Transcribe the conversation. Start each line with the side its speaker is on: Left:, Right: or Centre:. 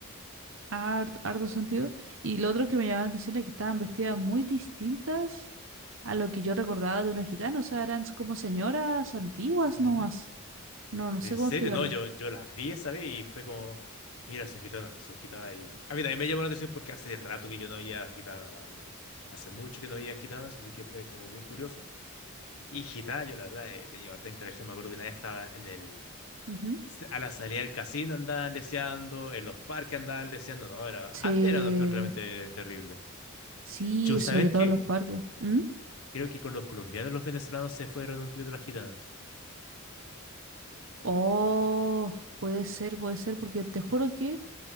Right: Hart- harto sentido. Y lo otro que me llamaba la atención es que estaban vestidas muy distintas a lo que yo recordaba de una gitana. O sea, eran como señoras antiguas
Left: Ujú.
Right: nomás. No, no
Left: En
Right: sé cómo
Left: serio,
Right: explicarlo.
Left: no, yo, yo las vi esa vez y fue como, mira, son gitanas, son gitanas. Y... A mí también me llamó la atención porque hace rato que yo no había gitanas, la verdad. Hace mucho que no había gitanas, así que fue como bien curioso. Y gitanas, yo la verdad he tenido harta interacción. Me acuerdo que una vez estaba en el...
Right: Ujú.
Left: A la salida del casino andaban leseando, en los parques andaban leseando. No, era...
Right: Sí,
Left: antes era una cuestión realmente terrible.
Right: sí,
Left: Yo,
Right: sobre
Left: ¿sabes
Right: todo
Left: qué?
Right: en los parques. ¿Mm?
Left: Creo que con los colombianos y los venezolanos se fueron un poquito las gitanas.
Right: Oh, puede ser, puede ser, porque te juro que